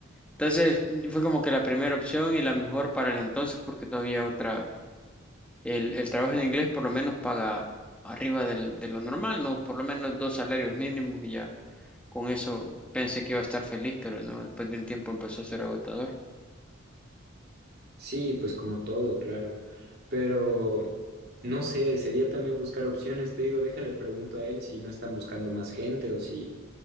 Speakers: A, in the centre; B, on the right (about 50°).
A: Entonces fue como que la primera opción y la mejor para el entonces porque no había otra. El, el trabajo en inglés por lo menos paga arriba del- de lo normal, ¿no? Por lo menos dos salarios mínimos y ya con eso pensé que iba a estar feliz, pero no, después de un tiempo empezó a ser agotador.
B: Sí, pues como todo, claro. Pero no sé, sería también buscar opciones, te digo, déjale pregunto a él si no están buscando más gente o si,